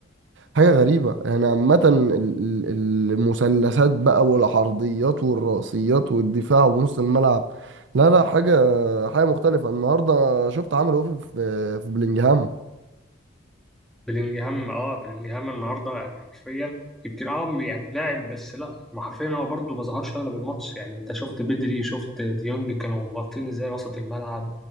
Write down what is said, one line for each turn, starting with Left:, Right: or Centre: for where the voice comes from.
Right: حاجه غريبه يعني عامه ال- ال- المثلثات بقى والعرضيات والرأسيات والدفاع ونص الملعب لا لا حاجه حاجه مختلفه النهارده شفت عمل ايه في في في بلينجهام
Centre: بلينجهام اه بلينجهام النهارده يعني حرفيا يمكن اه يعني لاعب بس لا ما حرفيا هو برده ما ظهرش اغلب الماتش يعني انت شفت بدري شفت ديونج كانوا مغطين ازاي وسط الملعب